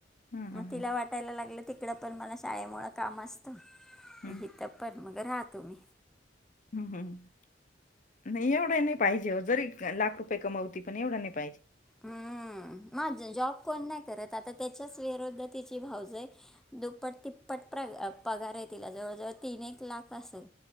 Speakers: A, on the left (about 45°); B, in the centre.
A: हम्म हम्म
B: मग तिला वाटायला लागलं तिकडं पण मला शाळेमुळ काम असतं
A: हम्म
B: इथ पण मग रहा तुमी
A: हम्म हम्म. नाही एवढं ही नाही पाहिजे ओ जरी लाख रुपय ये कमवती पण एवढं नाय पाहिजे.
B: हम्म मा जॉब कोण नाय करत आता त्याच्याच विरोधत तिची भाऊजय आहे दुप्पट तिप्पट प्र पगार आहे तिला जवळजवळ तीन एक लाख असल.